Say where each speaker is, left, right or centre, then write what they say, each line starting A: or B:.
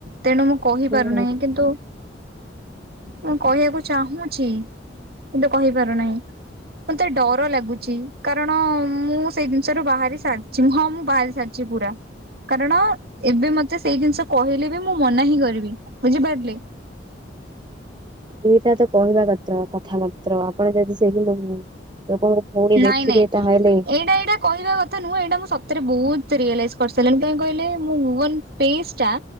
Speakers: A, on the right; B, on the right.
A: ତେଣୁ ମୁଁ କହିପାରୁନାହିଁ,
B: ହୁଁ
A: କିନ୍ତୁ ମୁଁ କହିବାକୁ ଚାହୁଁ ଛି କିନ୍ତୁ କହିପାରୁନାହିଁ। ମତେ ଡର ଲାଗୁଛି କାରଣ ମୁଁ ସେଇ ଜିନିଷରୁ ବାହାରି ସାରିଛି। ହଁ ମୁଁ ବାହାରି ସାରି ଛି ପୁରା। କାରଣ ଏବେ ମତେ ସେଇ ଜିନିଷ କହିଲେ ବି ମୁଁ ମନା ହିଁ କରିବି ବୁଝିପାରିଲେ?
B: ଏଇଟା ତ କହିବା <unintelligible> ତ୍ର କଥା ମାତ୍ର ଆପଣ ଯଦି ସେହି <unintelligible> ଲୋକଙ୍କୁ ପୁଣି
A: ନାଇଁ
B: ଦେଖିବେ
A: ନାଇଁ
B: ତାହେଲେ
A: ଏଇଟା ଏଇଟା କହିବା କଥା ନୁହଁ ଏଇଟା ମୁଁ ସତେରେ ବହୁତ ରିଏଲାଇଜ କରିସାରିଲଣି। କାଇଁ କହିଲେ ମୁଁ ମୁଭ୍ ଅନ୍ ପେସଟା